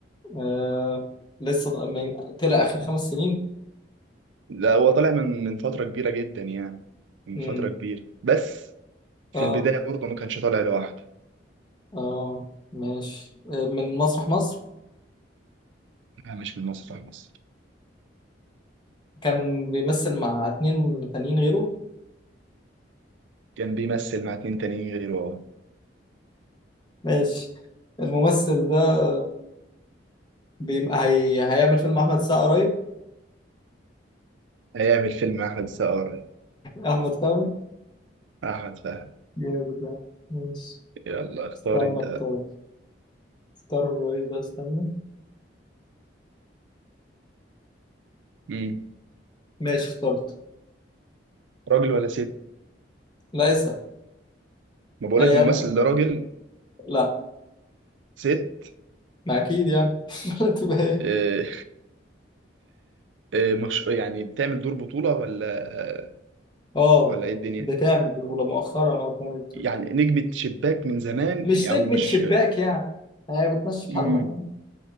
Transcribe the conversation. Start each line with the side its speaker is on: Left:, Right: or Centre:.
Left: آه لسه من طلع اخر خمس سنين
Right: لا هو طالع من من فترة كبيرة جدا يعني من
Left: امم
Right: فترة كبيرة بس في
Left: اه
Right: البداية برضه ما كانش طالع لوحده
Left: اه ماشي آه من مسرح مصر
Right: لا مش من مسرح مصر
Left: كان بيمثل مع اتنين تانيين غيره
Right: كان بيمثل مع اتنين تانيين غيره أهو.
Left: ماشي الممثل ده بي... هي... هيعمل فيلم أحمد السقا قريب
Right: هيعمل فيلم مع أحمد السقا قريب.
Left: أحمد فهمي
Right: أحمد فهمي
Left: جامد يعني ماشي
Right: يلا اختار
Left: استنى
Right: أنت
Left: اختار اختار له ايه بقى استنى
Right: مم.
Left: ماشي اخترت
Right: راجل ولا ست
Left: لا اسأل
Right: ما بقولك
Left: أي
Right: الممثل
Left: أنا
Right: ده راجل
Left: لا
Right: ست
Left: ما أكيد يعني <laughs> لا تبقى ايه
Right: آه، آه، مش يعني بتعمل دور بطولة ولا آه،
Left: اه
Right: ولا إيه الدنيا
Left: بتعمل بطولة مؤخرا اه بتعمل بطولة
Right: يعني نجمة شباك من زمان
Left: مش
Right: أو
Left: نجمة
Right: مش
Left: شباك يعني هي بتمشي
Right: مم.
Left: حالها فاهم